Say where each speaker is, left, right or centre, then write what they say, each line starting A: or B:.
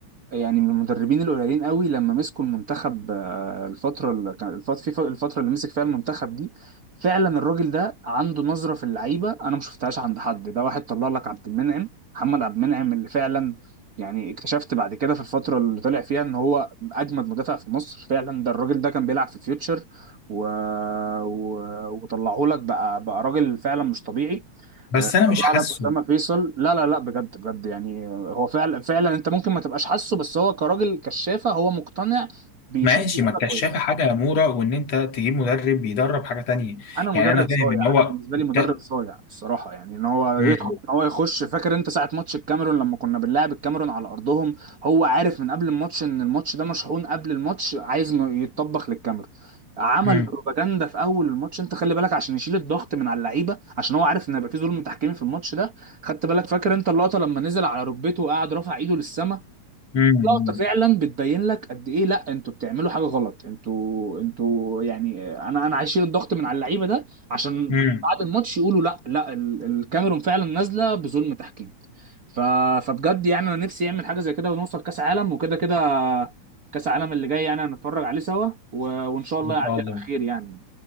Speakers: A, on the right; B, on the left.
A: يعني من المدربين القليلين قوي لما مسكوا المنتخب آه، الفتره اللي كان الفت... في ف- الفتره اللي مسك فيها المنتخب دي فعلا الراجل ده عنده نظره في اللعيبه انا ما شفتهاش عند حد ده واحد طلع لك عبد المنعم محمد عبد المنعم اللي فعلا يعني اكتشفت بعد كده في الفتره اللي طلع فيها ان هو اجمد مدافع في مصر فعلا ده الراجل ده كان بيلعب في فيوتشر و... و... وطلعه لك بقى بقى راجل فعلا مش طبيعي
B: بس
A: آه،
B: انا
A: طلع
B: مش حاسه
A: لك اسامه فيصل لا لا لا بجد بجد يعني آه، هو فعلا فعلا انت ممكن ما تبقاش حاسه بس هو كراجل كشافه هو مقتنع بيشوف
B: ماشي
A: اللعيبه
B: ما الكشافة
A: كويس
B: حاجة يا مورا وإن أنت تجيب مدرب بيدرب حاجة تانية
A: انا مدرب
B: يعني أنا فاهم
A: صايع
B: إن هو
A: انا بالنسبه
B: الك...
A: لي مدرب صايع الصراحه يعني ان هو
B: مم.
A: يدخل ان هو يخش فاكر انت ساعه ماتش الكاميرون لما كنا بنلعب الكاميرون على ارضهم هو عارف من قبل الماتش ان الماتش ده مشحون قبل الماتش عايز انه يتطبخ للكاميرون عمل
B: مم.
A: بروباجندا في اول الماتش انت خلي بالك عشان يشيل الضغط من على اللعيبه عشان هو عارف ان هيبقى في ظلم تحكيمي في الماتش ده خدت بالك فاكر انت اللقطه لما نزل على ركبته وقعد رافع ايده للسما
B: مم.
A: لقطة فعلا بتبين لك قد ايه لا انتوا بتعملوا حاجة غلط انتوا انتوا يعني انا انا هشيل الضغط من على اللعيبة ده عشان
B: مم.
A: بعد الماتش يقولوا لا لا ال- الكاميرون فعلا نازلة بظلم تحكيم ف... فبجد يعني انا نفسي يعمل حاجة زي كده ونوصل كأس عالم وكده كده كأس عالم اللي جاي يعني هنتفرج عليه سوا و... وان شاء الله
B: إن
A: يعدي
B: شاء الله
A: على خير يعني